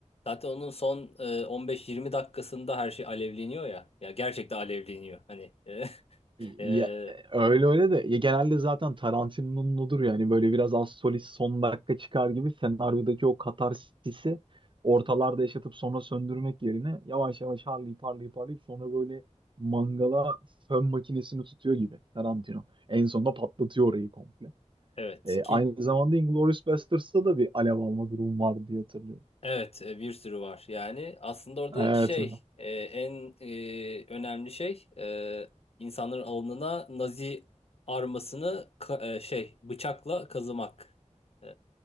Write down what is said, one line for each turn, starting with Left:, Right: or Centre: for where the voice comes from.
Left: Zaten onun son e, 15-20 dakikasında her şey alevleniyor ya. Ya gerçekten alevleniyor. Hani e, <laughs> e,
Right: Ya, e, öyle öyle de ya genelde zaten Tarantino'nun odur yani böyle biraz az solist son dakika çıkar gibi senaryodaki o katarsisi ortalarda yaşatıp sonra söndürmek yerine yavaş yavaş harlayıp harlayıp harlayıp sonra böyle mangala fön makinesini tutuyor gibi Tarantino. En sonunda patlatıyor orayı komple.
Left: evet
Right: E,
Left: kil
Right: aynı zamanda Inglourious Basterds'ta da bir alev alma durum vardı diye hatırlıyorum.
Left: evet e, bir sürü var. Yani aslında orada
Right: Evet.
Left: şey
Right: evet.
Left: e, en e, önemli şey e, insanların alnına Nazi armasını ka- e, şey bıçakla kazımak. E,